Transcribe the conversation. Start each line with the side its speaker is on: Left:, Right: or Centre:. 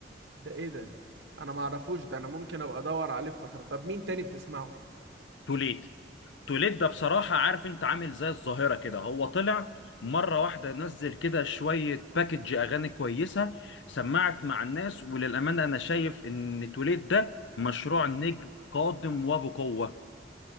Right: ده ايه ده انا ما اعرفوش ده انا ممكن ابقى ادور عليه في فتره طب مين تاني بتسمعه
Left: توليت توليد ده بصراحة عارف انت عامل زي الظاهرة كده هو طلع مرة واحدة نزل كده شوية باكج أغاني كويسة سمعت مع الناس وللأمانة أنا شايف إن توليد ده مشروع نجم قادم وبقوة